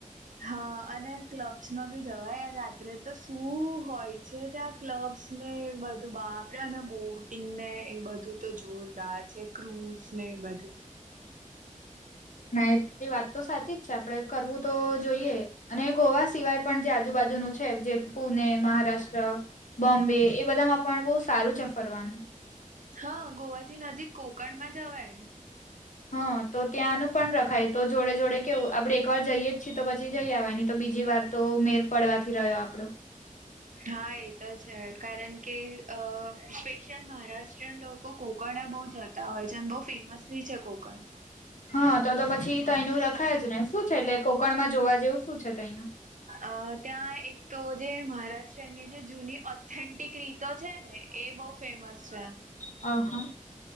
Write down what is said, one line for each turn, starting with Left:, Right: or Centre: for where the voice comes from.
Right: હા અને ક્લબ્સમાં બી જવાય યાર રાત્રે તો શું હોય છે ત્યાં ક્લબ્સ ને એ બધું બાપરા અને બોટિંગ ને એ બધું તો જોરદાર છે. ક્રૂઝ ને એ બધુ
Left: ના <unintelligible> વાત તો સાચી જ છે આપડે કરવું તો જોઈએ અને ગોવા સિવાય પણ જે આજુબાજુનું છે જે પુને મહારાષ્ટ્ર બોમ્બે એ બધામાં પણ બહુ સારું છે ફરવાનું
Right: હા ગોવાથી નજીક કોકણમાં જવાય
Left: હા તો ત્યાંનું પણ રખાય તો જોડે જોડે કેવું આપડે એક વાર જઈએ જ છીએ તો પછી જઈ આવવાની તો બીજી વાર તો મેર પડવાથી રહ્યો આપડો
Right: હા એ તો છે કારણ કે અ સ્પેશિયલ મહારાત <unintelligible> લોકો કોકણ બહુ જતા અને બહુ ફેમસ બી છે કોકણ
Left: હા તો તો પછી તયનું રખાય જ ને શું છે એટલે કોકણમાં જોવા જેવું શું છે તો તયા
Right: અ ત્યાં એક તો જે મહારાષ્ટ્રની જે જૂની ઓથેન્ટિક રીતો છે ને એ બહુ ફેમસ છે.
Left: અ હ